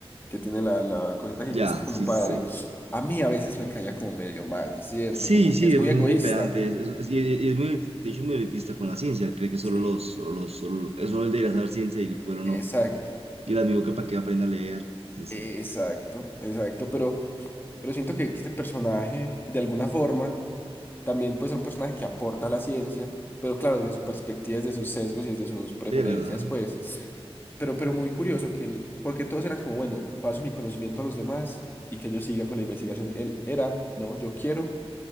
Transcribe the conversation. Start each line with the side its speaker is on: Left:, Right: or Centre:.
Left: que tiene la, la cosita aquí
Right: Ya,
Left: que es como
Right: sí,
Left: padre,
Right: sí, sí.
Left: a mí a veces me caía como medio mal, ¿cierto?
Right: Sí,
Left: Como
Right: sí,
Left: que es
Right: es
Left: muy
Right: un
Left: egoísta.
Right: poco pedante, es, es- es- y y es muy, de hecho es muy elitista con la ciencia, cree que solo
Left: Sí.
Right: los, solo los, solo, es solo el debería saber ciencia y el pueblo
Left: Exacto,
Right: no, y el amigo que para que aprenda a leer, sí, sí.
Left: exacto, exacto. Pero, pero siento que, que este personaje, de alguna forma, también puede ser un personaje que aporta a la ciencia, pero claro, desde su perspectiva, desde sus sesgos y desde sus preferencias,
Right: Sí, de verdad.
Left: pues. Pero, pero muy curioso que él, porque todos eran como, bueno, paso mi conocimiento a los demás y que ellos sigan con la investigación. Él era, no, yo quiero